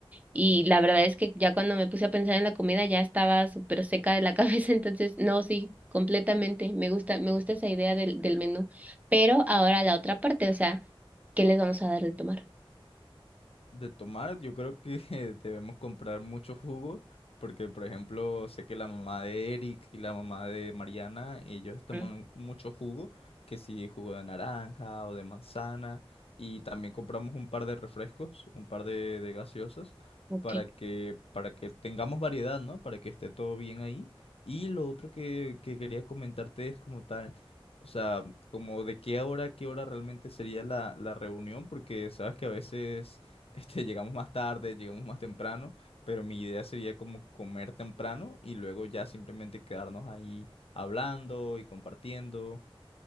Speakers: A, on the right; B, on the left.
A: y la verdad es que ya cuando me puse a pensar en la comida ya estaba súper seca de la <laughs> cabeza, entonces no, sí, completamente. Me gusta, me gusta esa idea del, del menú. Pero ahora la otra parte, o sea, ¿qué les vamos a dar de tomar?
B: De tomar, yo creo que <laughs> debemos comprar mucho jugo, porque por ejemplo, sé que la mamá de Eric y la mamá de Mariana, ellos toman
A: Mm,
B: mucho jugo, que si jugo de naranja o de manzana, y también compramos un par de refrescos, un par de, de gaseosas,
A: Okay.
B: para que, para que tengamos variedad, ¿no? Para que esté todo bien ahí. Y lo otro que, que quería comentarte es como tal. O sea, como de qué hora, a qué hora realmente sería la, la reunión, porque sabes que a veces este, <laughs> llegamos más tarde, llegamos más temprano, pero mi idea sería como comer temprano y luego ya simplemente quedarnos ahí hablando y compartiendo.